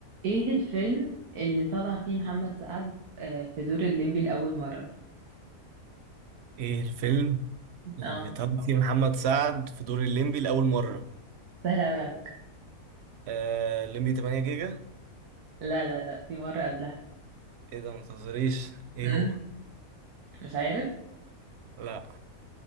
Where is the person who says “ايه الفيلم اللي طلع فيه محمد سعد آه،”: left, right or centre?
Right